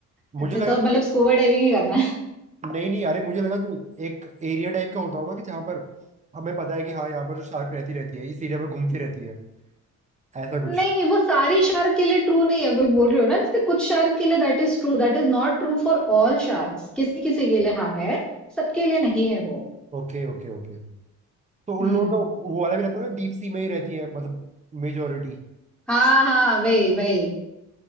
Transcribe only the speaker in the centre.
अच्छा
तो अब मतलब
स्कूबा डाइविंग ही करना है
<laughs>
नहीं नहीं वो सारी शार्क के लिए ट्रू नहीं है वही बोल रहे हो ना जैसे कुछ शार्क के लिए that is true that is not true for all sharks किसी किसी के लिए हाँ है सबके लिए नहीं है वो
हम्म
हाँ हाँ वही वही